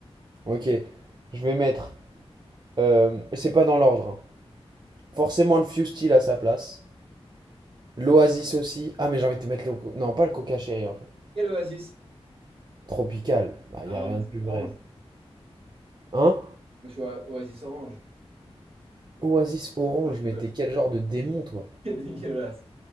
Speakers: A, on the right; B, on the right.
A: Ok, je vais mettre. euh, c'est pas dans l'ordre. hein. Forcément le Fusty à sa place. L'Oasis aussi. Ah, mais j'ai envie de te mettre le. co- Non, pas le Coca Cherry en fait.
B: Quel oasis?
A: Tropical. Bah,
B: Ah
A: y a
B: ouais,
A: rien
B: moi
A: de
B: c'est
A: plus
B: orange.
A: vrai.
B: Moi
A: Hein?
B: je suis oa- oasis orange.
A: Oasis Orange,
B: Ah, je rigole,
A: mais t'es quel
B: c'est
A: genre
B: <laughs>
A: de démon, toi?
B: c'est dégueulasse.